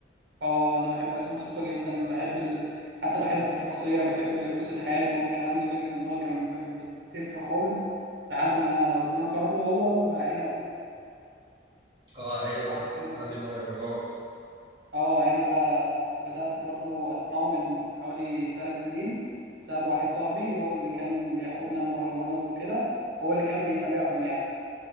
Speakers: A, on the right; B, on the right.
A: اه انا بحب عصام صاصا جدا بحب ال... حتى بحبه كشخصيه بحب قصه حياته والكلام ده فكره ان هو كان ب- من صفر خالص لحد ما ربنا كرمه هو وعنبه
B: اه هنا برضه
A: عارف عنبه
B: قادم مهرجانات
A: اه عنبه بدات برضو اسمعه من حوالي ثلاث سنين بسبب واحد صاحبي هو اللي كان بياخدنا المهرجانات وكده هو اللي كان بيتابعهم يعني